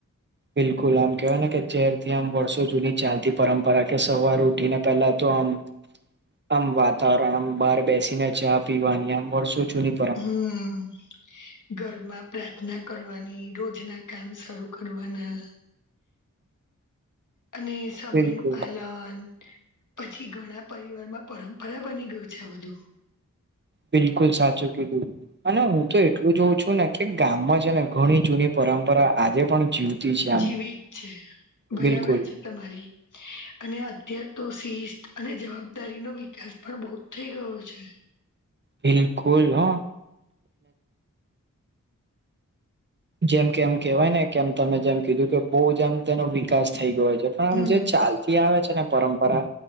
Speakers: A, on the right; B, on the left.
A: બિલકુલ આમ કેહેવાય ને કે <unintelligible> આમ વર્ષો જૂની ચાલતી પરંપરા કે સવાર ઉઠી ને પહેલા તો આમ આમ વાતાવરણ આમ બહાર બેસીને ચા પીવાની આમ વષો જુની
B: હમ. ઘરમાં પ્રાર્થના કરવાની રોજ ના કામ શરૂ કરવાના. અને સમય
A: બિલકુલ
B: નું પાલન પછી ઘણા પરિવારમાં પરંપરા બની ગયું છે આ બધું.
A: બિલકુલ સાચું કીધું અને હું તો એટલું જોઉં છું ને કે ગામમાં છે ને ઘણી જૂની પરંપરા આજે પણ જીવતી છે આમ.
B: જેવી છે બરાબર
A: બિલકુલ
B: છે તમારી. અને અત્યાર તો શિસ્ત અને જવાબદારી નો વિકાસ પણ બહુ જ થઈ ગયો છે.
A: બિલકુલ હો જેમ કે એમ કેહેવાય ને કેમ તમે જેમ કીધું કે બહુ જેમ તેનો વિકાસ થઈ ગયો છે પણ આમ
B: હમ
A: જે ચાલતી આવે છે ને પરંપરા